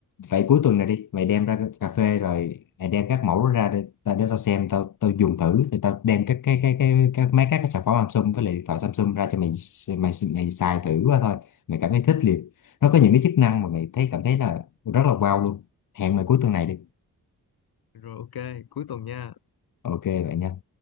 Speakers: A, on the left; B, on the left.
A: Vậy cuối tuần này đi, mày đem ra cái cà phê rồi mày đem các mẫu đó ra để, ta- để tao xem tao tao dùng thử rồi tao đem các cái cái cái các mấy các cái sản phẩm Samsung với lại điện thoại Samsung ra cho mày mày mày xài thử qua thôi. Mày cảm thấy thích liền. Nó có những cái chức năng mà mày thấy cảm thấy là rất là wow luôn. Hẹn mày cuối tuần này đi.
B: rồi ok cuối tuần nha
A: Ok vậy nha.